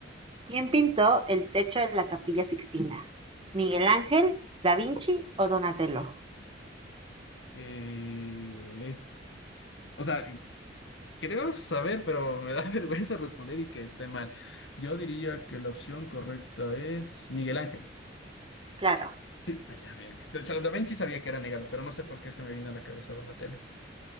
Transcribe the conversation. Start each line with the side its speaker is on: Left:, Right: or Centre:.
Right: ¿Quién pintó el techo de la Capilla Sixtina? ¿Miguel Ángel, Da Vinci o Donatello?
Left: Eh, o sea, creo saber, pero me da <laughs> vergüenza responder y que esté mal. Yo diría que la opción correcta es Miguel Ángel.
Right: Claro.
Left: Sí. Ah, ya, bien. De hecho, Da Vinci sabía que era negado, pero no sé por qué se me vino a la cabeza Donatello.